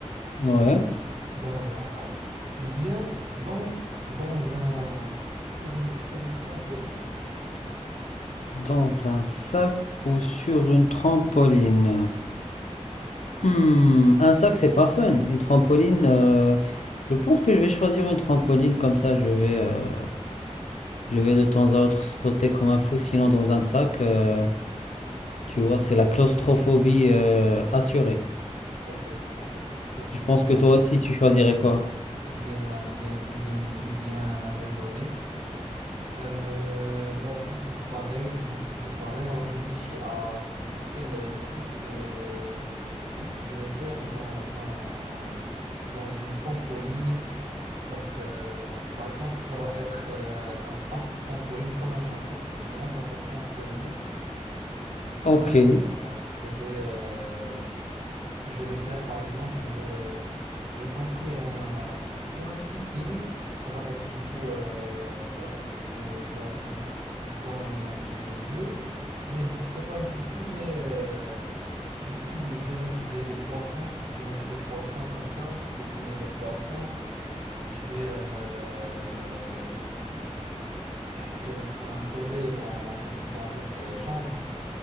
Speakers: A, on the left; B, on the right.
A: Ouais.
B: dans un sac ou bien dans, dans un, sur une, sur une trampoline.
A: Dans un sac ou sur une trampoline. Hmm, un sac, c'est pas fun. Une trampoline, euh, je pense que je vais choisir une trampoline comme ça. Je vais, euh, je vais de temps à autre sauter comme un fou. Sinon, dans un sac, euh, tu vois, c'est la claustrophobie, euh,
B: Ok,
A: assurée.
B: ok, ok, ok.
A: Je
B: Bien,
A: pense que toi aussi, tu choisirais quoi?
B: bien, bien vu, bien dit, bien raisonné. Euh, moi aussi, c'est pareil. Moi aussi, c'est pareil. Alors, je réfléchis à quel euh, type de truc que je vais faire dans un, dans une trampoline. Donc, euh, par exemple, ça va être euh, un parc de trampoline comme un château, un grand château trampolinesque. Euh,
A: Ok, ouais,
B: je vais, euh, je vais faire, par exemple, je vais, euh, je vais construire un, un coin piscine. Ça va être du coup, euh, ça va être, euh, ça va être un, un coin qui est bleu, mais du coup, c'est pas une piscine, mais euh, et du coup, il- je vais mettre des, des poissons. Je vais mettre des poissons comme ça, dessiner des poissons. Je vais, euh, je vais mettre un soleil dans, dans cette, dans cette euh, chambre.